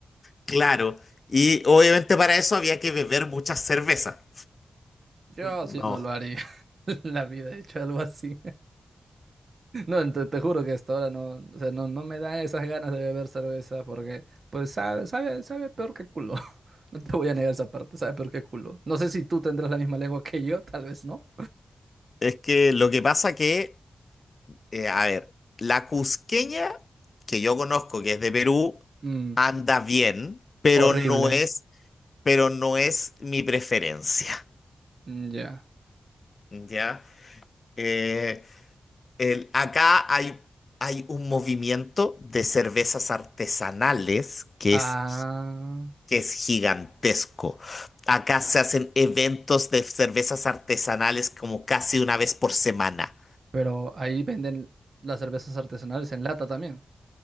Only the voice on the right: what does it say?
Yo
sí no lo haría. <laughs> en La vida he hecho algo así. No, te, te juro que hasta ahora no, o sea, no, no me dan esas ganas de beber cerveza porque, pues, sabe, sabe, sabe peor que culo. <laughs> No te voy a negar esa parte, sabe peor que culo. No sé si tú tendrás la misma lengua que yo, tal vez no.
Mm,
horrible.
Mm, Ya.
Ah,
pero ahí venden las cervezas artesanales en lata también.